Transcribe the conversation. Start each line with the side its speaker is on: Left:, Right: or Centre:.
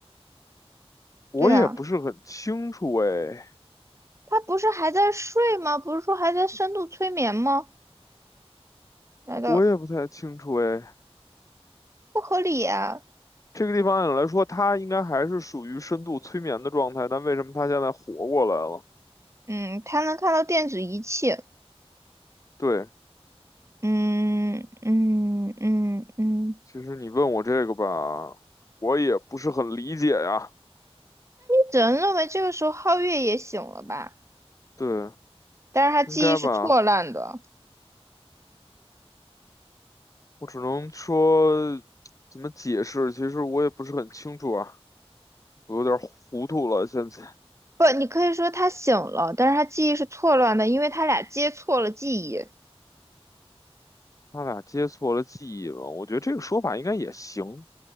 Left: 我也不是很清楚哎，
Right: 对啊，他不是还在睡吗？不是说还在深度催眠吗？难道
Left: 我也不太清楚哎。
Right: 不合理啊？
Left: 这个地方按理来说，它应该还是属于深度催眠的状态，但为什么它现在活过来了？
Right: 嗯，他能看到电子仪器。
Left: 对，
Right: 嗯嗯嗯嗯，
Left: 其实你问我这个吧，我也不是很理解呀。
Right: 只能认为这个时候皓月也醒了吧，
Left: 对，
Right: 但是他记忆是错乱的。
Left: 应该吧，我只能说怎么解释，其实我也不是很清楚啊，我有点糊涂了。现在
Right: 不，你可以说他醒了，但是他记忆是错乱的，因为他俩接错了记忆。
Left: 他俩接错了记忆了，我觉得这个说法应该也行。